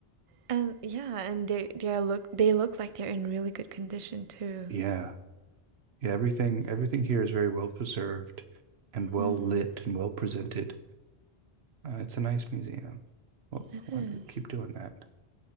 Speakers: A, on the right; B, on the right.
A: and yeah, and they they look they look like they're in really good condition too.
B: Yeah, yeah. Everything everything here is very well preserved, and well
A: Mm,
B: lit and well presented. Uh, it's a nice museum. Well,
A: it
B: why
A: is.
B: does it keep doing that?